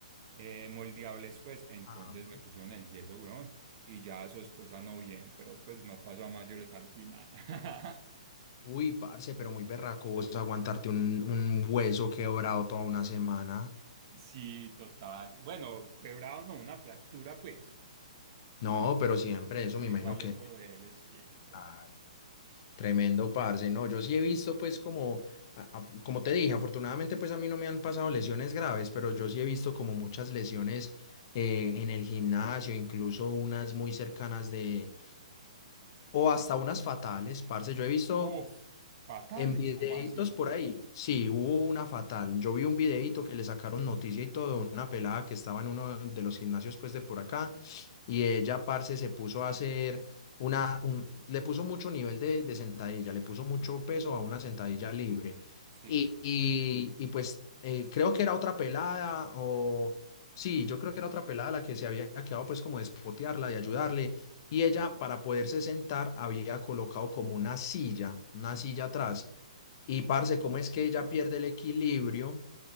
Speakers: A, on the right; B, on the left.
A: eh, moldeables pues, entonces
B: Ah.
A: me pusieron el yeso, weón, y ya eso después no bien, pero pues no pasó a mayores al final. <laughs>
B: Uy, parce, pero muy berraco vos aguantarte un, un hueso quebrado toda una semana.
A: Sí, total. Bueno, quebrado no, una fractura, pues.
B: No, pero siempre eso
A: Pero
B: me imagino
A: igual
B: que
A: eso de él, sí, es verdad.
B: claro, tremendo, parce. No, yo sí he visto pues como, a- a- como te dije, afortunadamente pues a mí no me han pasado lesiones graves, pero yo sí he visto como muchas lesiones eh, en el gimnasio, incluso unas muy cercanas de, o hasta unas fatales, parce. Yo he visto
A: Uf, fatales,
B: En videitos
A: ¿cómo así?
B: por ahí, sí, hubo una fatal. Yo vi un videito que le sacaron noticia y todo, una pelada que estaba en uno de los gimnasios pues de por acá y ella, parce, se puso a hacer una, un- le puso mucho nivel de, de sentadilla, le puso mucho peso a una sentadilla libre.
A: Sí,
B: Y, y, y, pues eh, creo que era otra pelada o, sí, yo creo que era otra pelada la que se había quedado pues como de espotearla, de ayudarle y ella, para poderse sentar, había colocado como una silla, una silla atrás. Y parce, ¿cómo es que ella pierde el equilibrio?